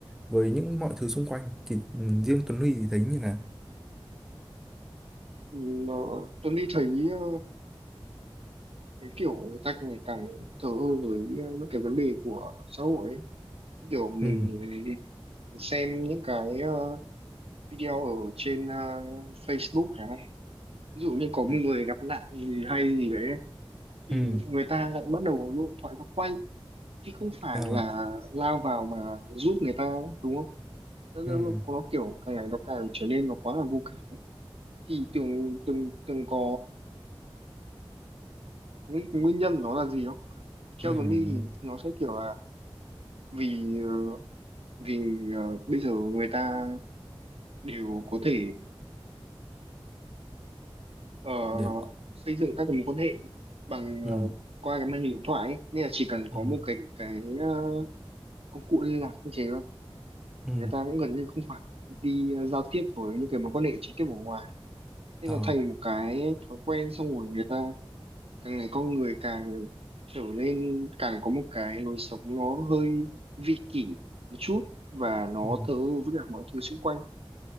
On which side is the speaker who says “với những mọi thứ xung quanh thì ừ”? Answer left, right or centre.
Centre